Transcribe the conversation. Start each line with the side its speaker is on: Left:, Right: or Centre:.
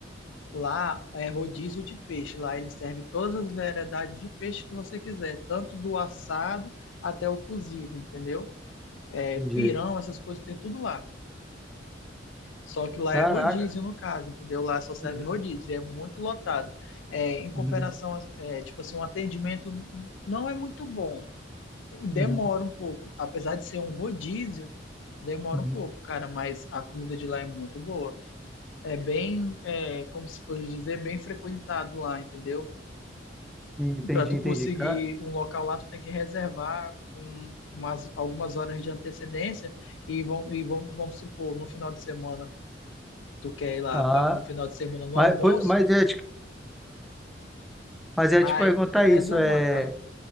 Left: Lá é rodízio de peixe. Lá ele serve todas as variedades de peixe que você quiser, tanto do assado até o cozido, entendeu? É,
Centre: Entendi.
Left: pirão, essas coisas tem tudo lá. Só que lá
Centre: Caraca.
Left: é rodízio, no caso, entendeu? Lá só serve
Centre: Uhum,
Left: rodízio, e é muito lotado. É, em comparação,
Centre: uhum,
Left: a- é, tipo assim, um atendimento não é muito bom. Demora
Centre: uhum,
Left: um pouco. Apesar de ser um rodízio, demora
Centre: uhum.
Left: um pouco, cara, mas a comida de lá é muito boa. É bem, é, como se fosse dizer, bem frequentado lá, entendeu?
Centre: Entendi,
Left: Para tu
Centre: entendi.
Left: conseguir
Centre: Ca-
Left: um local lá, tu tem que reservar com umas, algumas horas de antecedência e, vão, e vão, vamos supor, no final de semana, tu quer ir lá
Centre: Ah,
Left: pra, no final de semana no
Centre: mas,
Left: almoço,
Centre: pô, mas é tipo, mas é
Left: aí
Centre: te perguntar
Left: tu tem que
Centre: isso,
Left: reservar,
Centre: é,
Left: cara.